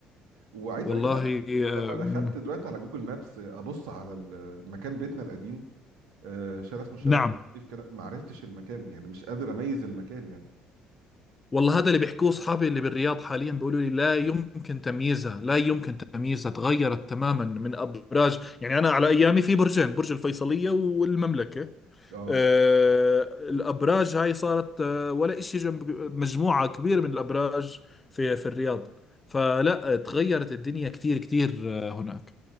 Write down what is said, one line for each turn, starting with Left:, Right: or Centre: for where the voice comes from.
Right: وعايز
Left: والله
Right: اقول لك ان انا ولما
Left: أم.
Right: دخلت دلوقتي على جوجل مابس ابص على ال- مكان بيتنا القديم آه، شارع اسمه شارع
Left: نعم
Right: لطيف كده ما عرفتش المكان يعني مش قادر اميز المكان يعني
Left: والله هذا اللي بيحكوه أصحابي اللي بالرياض حاليا بيقولوا لي لا يمكن تمييزها لا يمكن تمييزها تغيرت تماما من أبراج يعني أنا على أيامي في برجين برج الفيصلية والمملكة
Right: اه
Left: آه، الأبراج هاي صارت آه، ولا إشي جنب مجموعة كبيرة من الأبراج في في الرياض فلا آه، تغيرت الدنيا كثير كثير آه، هناك